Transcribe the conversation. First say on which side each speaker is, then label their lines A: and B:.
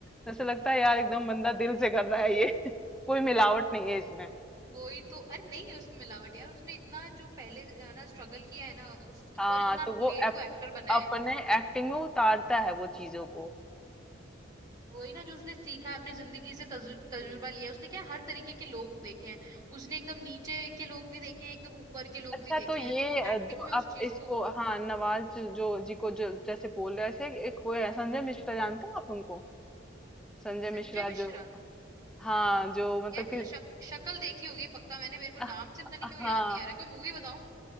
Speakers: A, in the centre; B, on the right.
A: जैसे लगता है यार एकदम बंदा दिल से कर रहा है ये <laughs> कोई मिलावट नहीं है इसमें।
B: वही तो अरे नहीं है उसमें मिलावट यार उसने इतना जो पहले अ, ना स्ट्रगल किया है ना उस
A: हाँ
B: और इतना
A: तो वो
B: लेट
A: अप,
B: वो एक्टर बना
A: अपने
B: है
A: एक्टिंग में उतारता है वो चीजों को
B: वही ना जो उसने सीखा है अपनी जिंदगी से तजु, तजुर्बा
A: हम्म,
B: लिया है। उसने क्या हर तरीके के लोग देखे हैं उसने एकदम नीचे के लोग भी देखे हैं एकदम ऊपर के लोग
A: अच्छा
B: भी देखे
A: तो ये
B: हैं तो वो
A: अ,
B: एक्टिंग
A: जो
B: में उस
A: आप
B: चीज
A: इसको
B: को
A: हाँ नवाज जो जो- जी को
B: हम्म,
A: जो जैसे बोल रहे थे एक वो है संजय मिश्रा जानते हो आप उनको संजय
B: संजय
A: मिश्रा
B: मिश्रा
A: जो हाँ जो मतलब
B: यार
A: कि
B: शक, शक्ल देखी होगी पक्का मैंने मेरे को
A: अह,
B: नाम से पता नहीं क्यों
A: हाँ
B: याद नहीं आ रहा है कोई मूवी बताओ